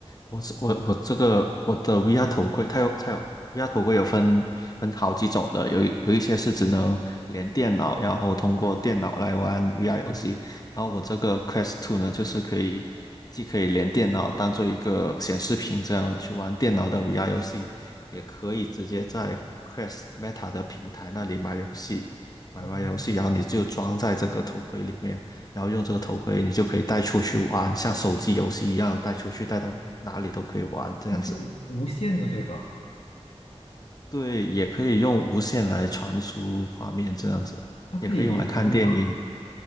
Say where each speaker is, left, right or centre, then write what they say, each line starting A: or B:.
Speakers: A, on the left; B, on the left.
A: 我是我我这个我的 VR 头盔，它有它有 VR 头盔有分分好几种的，有一有一些是只能连电脑，然后通过电脑来玩 VR 游戏。
B: 嗯，
A: 然后我这个 Quest two 呢，就是可以既可以连电脑当做一个显示屏这样去玩电脑的 VR 游戏，也可以直接在 Quest Meta 的平台那里买游戏，买完游戏然后你就装在这个头盔里面。
B: 嗯，
A: 然后用这个头盔，你就可以带出去玩，像手机游戏一样带出去，带到哪里都可以玩这样子。
B: 它是有无线的对吧？
A: 对，也可以用无线来传输画面这样子，
B: 它可以联机吗？
A: 也可以用来看电影，